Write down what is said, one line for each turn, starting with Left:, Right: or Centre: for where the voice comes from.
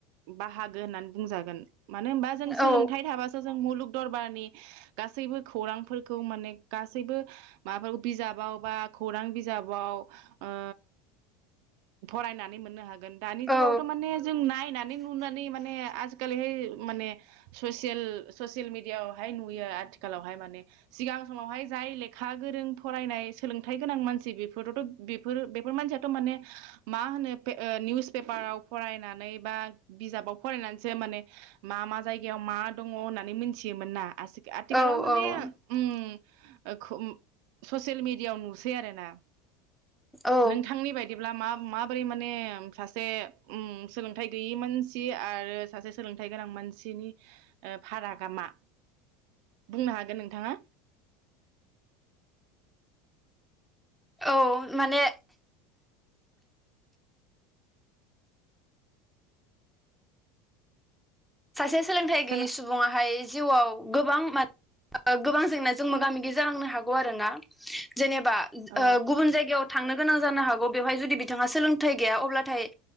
Right: बाहागो होन्नानै बुंजागोन। मानो होनबा जों सोलोंथाइ
Centre: औ
Right: थाबासो। मुलुग दरबारनि गासैबो खौरां फोरखौ‌ माने गासैबो माबा बिजाबाव बा खौरां बिजाबाव ओ फरायनानै मोननो हागोन। दानि जुगावथ
Centre: औ
Right: माने जों नायनानै नुनानै माने आजिखालिहाय माने ससेल ससेल मिडियाआवहाय नुयो आथिखालावहाय माने। सिगां समावहाय जाय लेखा गोरों फरायनाय सोलोंथाइ गोनां मानसि बेफोरथ बेफोर बे बेफोर मानसियाथ माने मा होनो निउस पेपाराव फरायनानै बा बिजाबाव फरायनानैसो माने मा मा जायगायाव मा दङ होननानै मिथियोमोन ना। आसि आथिखालाव
Centre: औ
Right: माने ओ खुम ससेल मिडियाआव नुसै आरो ना
Centre: औ
Right: नोंथांनि बायदिब्ला मा माबोरै माने सासे सोलोंथाइ गैयि मानसि आरो सासे सोलोंथाइ गोनां मानसिनि फारागा मा बुंनो हागोन नोंथाङा?
Centre: औ माने सासे सोलोंथाइ
Right: खोना
Centre: गैयै सुबुंङाहाय जिउआव गोबां-गोबां जेंनाजों मोगा-मोगि जानांनो हागौ आरोना जेनेबा
Right: औ
Centre: गुबुन जायगायाव बा थांनो गोनां जानो हागौ बेवहाय जुदि बिथाङा सोलोंथाइ गैया अब्लाथाय